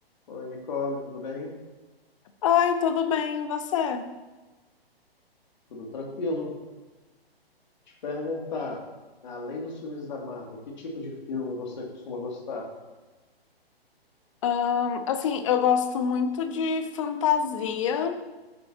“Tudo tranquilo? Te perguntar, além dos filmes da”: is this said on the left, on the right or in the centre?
Left